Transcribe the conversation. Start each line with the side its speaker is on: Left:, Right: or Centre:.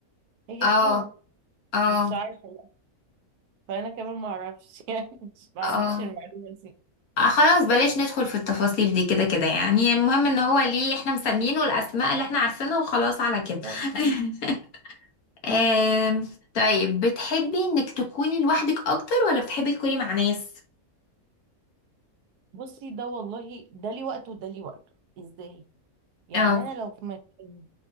Right: هي حبوب
Left: اه اه
Right: مش عارفه بقى فانا كمان ما اعرفش <laughs> يعني مش ما عنديش
Left: اه
Right: المعلومه دي
Left: آه، خلاص بلاش ندخل في التفاصيل دي كده كده يعني المهم ان هو ليه احنا مسمينه الاسماء اللي احنا عارفينها وخلاص على كده
Right: اه
Left: <laughs> آم، طيب بتحبي انك تكوني لوحدك اكتر ولا بتحبي تكوني مع ناس
Right: بصي ده والله ده ليه وقته وده ليه وقته ازاي يعني
Left: اه
Right: انا لو في مكان